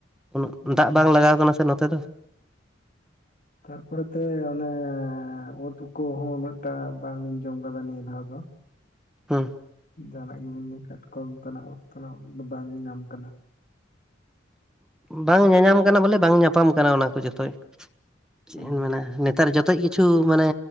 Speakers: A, in the centre; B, on the left.
A: ᱩᱱᱟᱹᱜ
B: ᱦᱩᱸ
A: ᱫᱟᱜ ᱵᱟᱝ ᱞᱟᱜᱟᱣ ᱠᱟᱱᱟ ᱥᱮ ᱱᱚᱛᱮ ᱫᱚ᱾
B: ᱛᱟᱨᱯᱚᱨᱮᱛᱮ ᱚᱱᱮ ᱩᱫ ᱠᱩᱦᱚᱸ ᱢᱤᱫ ᱴᱮᱱ ᱵᱟᱝ ᱡᱚᱢ ᱨᱮᱵᱮ ᱵᱷᱟᱵ ᱟ᱾
A: ᱦᱩᱸ
B: ᱡᱟᱦᱟ ᱱᱟᱜ ᱜᱮᱵᱮᱱ ᱞᱟᱹᱭ ᱠᱟᱴᱠᱚᱢ ᱛᱮᱱᱟᱜ ᱩᱜ ᱛᱟᱱᱟᱜ ᱵᱟᱝ ᱧᱟᱢ ᱠᱟᱱᱟ᱾
A: ᱵᱟᱝ ᱧᱟᱧᱟᱢ ᱠᱟᱱᱟ ᱵᱚᱞᱮ ᱵᱟᱝ ᱧᱟᱯᱟᱢ ᱠᱟᱱᱟ ᱚᱱᱟ ᱠᱚ ᱡᱚᱛᱚᱭ᱾ ᱪᱮᱫ
B: ᱦᱩᱸ
A: ᱢᱮᱱᱟ ᱱᱮᱛᱟᱨ ᱡᱚᱛᱚ ᱠᱤᱪᱷᱩ ᱢᱟᱱᱮ